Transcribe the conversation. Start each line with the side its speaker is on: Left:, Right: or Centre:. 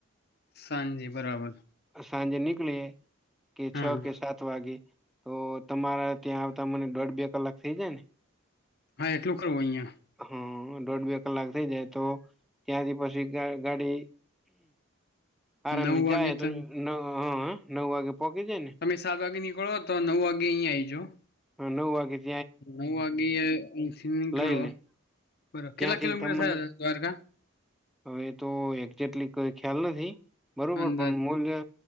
Left: સાંજે બરાબર
Centre: સાંજે નિકળ કે
Left: હા
Centre: છ
Left: હા
Centre: કે સાત વાગે તો તમારા ત્યાં આવતા મને દોઢ બે કલાક થઇ જાય ને
Left: હા એટલું કરવું અહિયાયા
Centre: હા દોઢ બે કલાક થઈ જાય તો ત્યાંથી પછી ગાડી આરામથી
Left: નવ વાગે
Centre: જાય તો
Left: ત
Centre: નવ હ નવ વાગે પોહોંચી જાય ને
Left: તમે સાત વાગે નીકળો તો નવ વાગે અહીિયાયા આઈજો
Centre: હ નવવાી
Left: ન આે સિ કું બરોબર
Centre: લઈ લે ત્યાંથી
Left: કેટલા કિલોમીટર
Centre: તમને
Left: થયા હતા દ્વારકા
Centre: હવે તો એક્જેક્ટલી કોઈ ખ્યાલ નથી બરોબર
Left: અંદાજ
Centre: પણ મૂલ્ય